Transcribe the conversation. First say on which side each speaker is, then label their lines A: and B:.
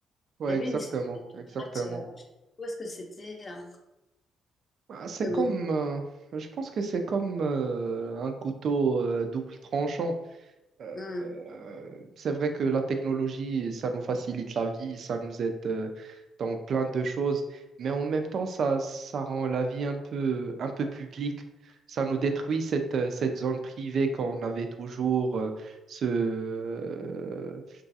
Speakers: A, on the right (about 60°); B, on the left (about 35°).
A: ouais,
B: Il y avait
A: exactement,
B: une histoire des
A: exactement.
B: pirates, euh, où est-ce que c'était, là?
A: Ah, C'est
B: Mais
A: comme,
B: bon,
A: euh, je pense que c'est comme euh, un couteau euh, double tranchant.
B: mm,
A: Euh, c'est vrai que la technologie, ça nous facilite la vie, ça nous aide euh, dans plein de choses, mais en même temps, ça, ça rend la vie un peu, un peu publique. Ça nous détruit cette, euh, cette zone privée qu'on avait toujours, euh, ce, euh,